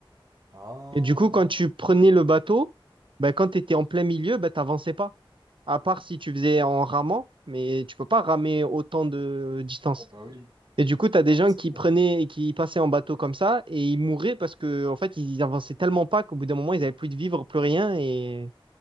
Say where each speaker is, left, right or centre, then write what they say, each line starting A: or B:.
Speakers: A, on the right; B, on the right.
A: Ah,
B: Et du coup, quand tu prenais le bateau, ben, quand tu étais en plein milieu, ben, tu n'avançais pas. À part si tu faisais en ramant, mais tu peux pas ramer autant de distance.
A: bah oui.
B: Et du coup, tu as des
A: Ah,
B: gens
A: C'est
B: qui
A: dingue.
B: prenaient et qui passaient en bateau comme ça et ils mouraient parce que, en fait, ils avançaient tellement pas qu'au bout d'un moment, ils n'avaient plus de vivre, plus rien et,